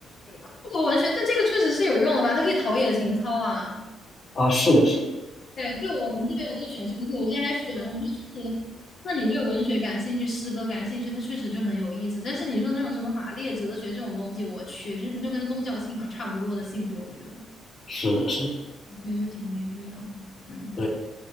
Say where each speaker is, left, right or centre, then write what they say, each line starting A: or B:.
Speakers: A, on the left (about 60°); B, on the left (about 45°).
A: 中国文学，但这个确实是有用的吧？它可以陶冶情操啊。
B: <laughs> 啊，是的，是的，
A: 对，就我我们这边有这个选修课，我之前还选了，我觉得确实，那你对文学感兴趣，诗歌感兴趣，它确实就很有意思。但是你说那种什么马列哲学这种东西，我去，这不就跟宗教信仰差不多的性质？我觉得，
B: 是的，是的。
A: 所以就挺没必要的。嗯，
B: 对。